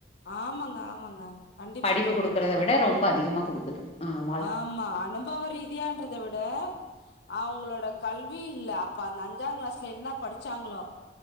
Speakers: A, on the left; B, on the left.
A: ஆமாங்க
B: ஆமா
A: ஆமாங்க
B: ப்ரோ
A: கண்டிப்பா
B: படிப்பு
A: கண்டிப்பா
B: குடுக்குறத விட ரொம்ப அதிகமா குடுக்குது ம்
A: ஆமா அனுபவம் ரீதியான்றத விட அவங்களோட கல்வி இல்ல அப்ப அந்த அஞ்சாம் கிளாஸ்ல என்ன படிச்சாங்களோ